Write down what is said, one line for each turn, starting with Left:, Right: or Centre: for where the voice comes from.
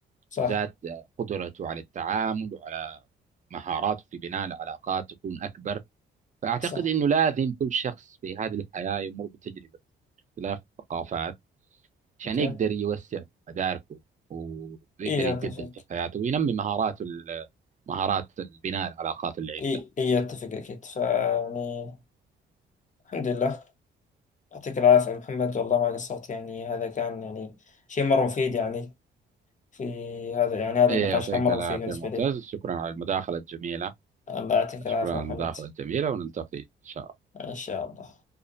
Left: صح
Right: وزاد آه، قدرته على التعامل وعلى مهاراته في بناء العلاقات تكون أكبر فأعتقد
Left: صح
Right: أنه لازم كل شخص في هذه الحياة يمر بتجربة اختلاف الثقافات عشان
Left: اوكي
Right: يقدر يوسع مداركه ويقدر
Left: ايه
Right: يتقدم
Left: اتفق
Right: في حياته وينمي مهاراته ال- مهارات بناء العلاقات اللي عنده
Left: ايه ايه اتفق اكيد فيعني الحمد لله يعطيك العافية يا محمد والله ما قصرت يعني هذا كان يعني شيء مرة مفيد يعني في هذا يعني هذا
Right: إيه،
Left: النقاش
Right: يعطيك
Left: كان مرة
Right: العافية
Left: مفيد بالنسبة
Right: معتز
Left: لي
Right: شكرا على المداخلة الجميلة
Left: الله يعطيك العافية
Right: شكرا على
Left: يا محمد
Right: المداخلة الجميلة ونلتقي إن شاء الله
Left: ان شاء الله